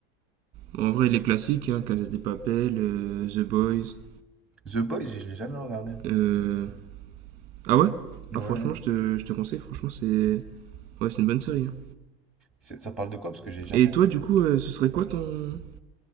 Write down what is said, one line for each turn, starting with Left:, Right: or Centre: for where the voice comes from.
Right: Bon, en vrai, les classiques, hein, Casa de Papel, euh, The Boys.
Centre: The Boys, je l'ai jamais regardé.
Right: Euh... Ah ouais
Centre: Ouais.
Right: Ah franchement, je te, je te conseille, franchement, c'est... Ouais, c'est une bonne série. hein.
Centre: C'est- Ça parle de quoi? Parce que j'ai jamais.
Right: Et toi, du coup, euh, ce serait quoi ton...